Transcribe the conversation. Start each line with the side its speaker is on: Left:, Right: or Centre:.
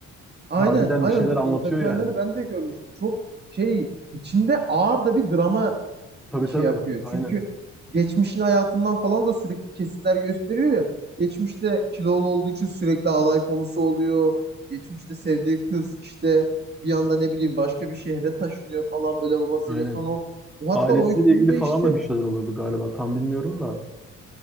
Right: aynen
Centre: harbiden
Right: aynen
Centre: bir şeyler
Right: Dur,
Centre: anlatıyor
Right: o detayları
Centre: yani.
Right: ben de görmüştüm. Çok şey içinde ağır da bir drama
Centre: Tabii
Right: şey
Centre: tabii,
Right: yapıyor.
Centre: aynen,
Right: Çünkü geçmişin hayatından falan da sürekli kesitler gösteriyor ya. Geçmişte kilolu olduğu için sürekli alay konusu oluyor. Geçmişte sevdiği kız işte bir anda ne bileyim başka bir şehre taşınıyor falan böyle babasıyla
Centre: aynen.
Right: sonra. o- o
Centre: Ailesiyle
Right: Hatta o ilk filmde
Centre: ilgili falan
Right: işte
Centre: da bir şeyler oluyordu galiba, tam bilmiyorum da.